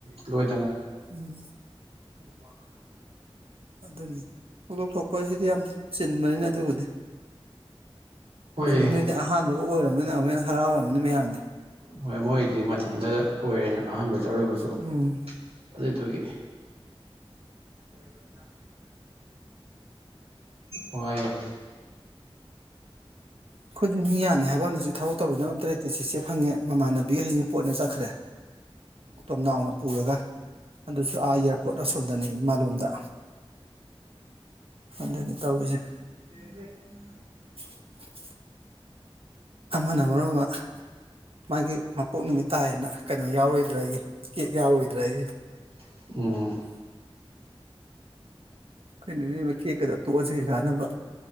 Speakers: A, on the right; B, on the right.
A: ꯂꯣꯏ
B: ꯎꯝ
A: ꯃꯥ ꯐꯦ
B: ꯑꯗꯨꯅꯤ ꯊꯧꯗꯣꯛ ꯊꯣꯛꯄ ꯍꯥꯏꯁꯤꯗꯤ ꯌꯥꯝ ꯆꯤꯟꯕꯅꯤꯅ ꯑꯗꯨꯕꯨꯗꯤ
A: ꯍꯣꯏ
B: ꯑꯗꯨ ꯅꯣꯏꯗꯤ ꯑꯍꯥꯟꯕꯒ ꯑꯣꯏꯔꯕꯅꯤꯅ ꯑꯃꯨꯀ ꯍꯦꯟꯅ ꯍꯔꯥꯎꯔꯃꯤꯅꯤ ꯃꯌꯥꯝꯗꯣ
A: ꯍꯣꯏ ꯃꯣꯏꯁꯤ ꯃꯊꯟꯇ ꯑꯣꯏꯔꯦꯅ ꯑꯍꯥꯟꯕꯗ ꯑꯔꯣꯢꯕꯁꯨ
B: ꯎꯝ
A: ꯑꯗꯨꯗꯨꯒꯤ ꯑꯣꯏ ꯍꯥꯏ ꯋꯥꯢꯗꯤ
B: ꯑꯩꯈꯣꯏꯁꯨ ꯃꯤ ꯌꯥꯝꯃꯦ ꯍꯥꯏꯕꯋꯥꯅꯤꯁꯨ ꯊꯕꯛ ꯇꯧꯕꯤꯅꯕ ꯑꯝꯇ ꯂꯩꯇꯦ ꯁꯤꯁꯦ ꯐꯪꯉꯦ ꯃꯃꯥꯟꯅꯕꯤ ꯍꯩꯁꯤꯡ ꯄꯣꯠꯅ ꯆꯠꯈ꯭ꯔꯦ ꯇꯣꯝꯅꯥꯎꯅ ꯄꯨꯔꯒ ꯑꯗꯨꯁꯨ ꯑꯥ ꯏꯌꯥꯔꯄꯣꯔꯠ ꯑꯁꯣꯝꯗꯅꯤ ꯏꯃꯥꯂꯣꯝꯗ ꯑꯗꯨꯅꯤ ꯇꯧꯔꯤꯁꯦ
A: <inaudible>
B: <inaudible> ꯑꯃꯅ ꯃꯔꯣꯝꯃ ꯃꯥꯒꯤ ꯃꯄꯣꯛ ꯅꯨꯃꯤꯠ ꯇꯥꯏꯌꯦꯅ ꯀꯩꯅꯣ ꯌꯥꯎꯔꯣꯏꯗ꯭ꯔꯒꯤ ꯀꯦꯛ ꯌꯥꯎꯔꯣꯏꯗ꯭ꯔꯒꯤ
A: ꯑꯪ
B: ꯀꯩꯅꯣ ꯏꯕꯦꯝꯃꯥ ꯀꯦꯛꯀꯗ ꯇꯣꯛꯑꯁꯤ ꯀꯥꯟꯅꯕ